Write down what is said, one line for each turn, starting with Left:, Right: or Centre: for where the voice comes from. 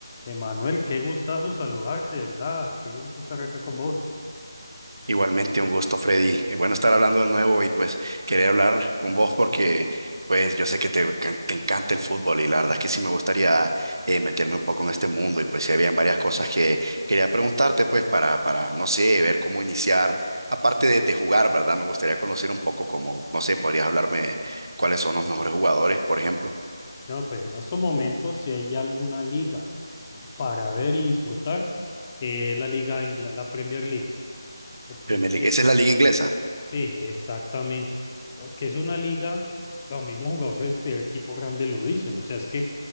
Left: Emanuel, qué gustazo saludarte, ¿verdad? Qué gusto estar acá con vos.
Right: Igualmente, un gusto, Freddy. Y bueno estar hablando de nuevo y pues quería hablar con vos porque pues yo sé que te, can- te encanta el fútbol y la verdad es que sí me gustaría eh, meterme un poco en este mundo y pues sí habían varias
Left: Ujú.
Right: cosas que quería preguntarte pues para, para, no sé, ver cómo iniciar. Aparte de, de jugar, ¿verdad? Me gustaría conocer un poco cómo, no sé, podrías hablarme cuáles son los mejores jugadores, por ejemplo.
Left: No, pues en estos momentos, si hay alguna liga para ver y disfrutar, eh, la Liga Ingla- la Premier League, porque
Right: Premier
Left: es que,
Right: League. ¿Esa es la liga inglesa?
Left: sí, exactamente, porque es una liga, los mismos jugadores del equipo grande lo dicen, o sea, es que eh,